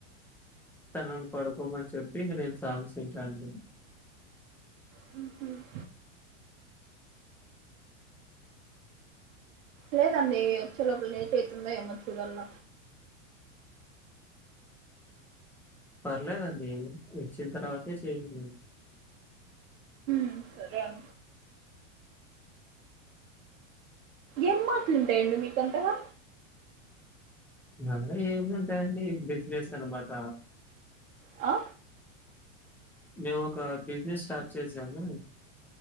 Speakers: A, in the centre; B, on the right (about 80°).
A: తనని పడుకోమని చెప్పి ఇంక నేను సాంగ్స్ వింటా అండి
B: మ్మ్ఉమ్మ్ లేదండి వచ్చే లోపు లేట్ అయితుందో ఏమో చూడాల్ల
A: పర్లేదండి వచ్చిన తర్వాతే చేయండి
B: ఉమ్ సరే అం ఏం మాట్లు ఉంటాయండి మీకంతగా
A: నన్నే ఏముంటాయండి బిజినెస్ అనమాట
B: ఆ
A: మేము ఒక బిజినెస్ స్టార్ట్ చేసాము